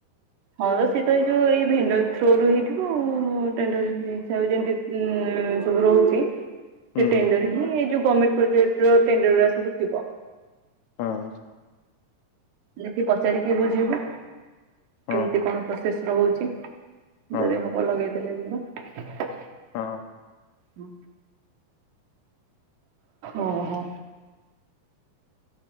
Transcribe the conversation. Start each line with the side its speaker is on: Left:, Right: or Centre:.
Right: ହଁ ତ ସିଏ ତ ଏଇ ଯୋଉ ଏଇ ଭେଣ୍ଡର ଥ୍ରୁରୁ ହେଇଥିବ ଆଉ ହଁ ଟେଣ୍ଡର ବି ଇଚ୍ଛା ହଉଚି ଯେମିତି ଉଁ ସବୁ ରହୁଛି ସେ
Left: ହୁଁ
Right: ଟେଣ୍ଡର ହିଁ ଏଇ ଯୋଉ ସମିଟ ପ୍ରୋଜେକ୍ଟ ର ଟେଣ୍ଡର ଗୁଡ଼ା ସବୁ ଥିବ।
Left: ହଁ।
Right: ଦେଖି ପଚାରିକି ବୁଝିବୁ।
Left: ହଁ
Right: କେମିତି କଣ ପ୍ର ଶେଷ ହଉଛି।
Left: ହଁ
Right: ଯଦି ହବ ଲଗେଇ ଚାଲେ ଯିବା
Left: ହଁ
Right: ହଁ ଓ ହୋ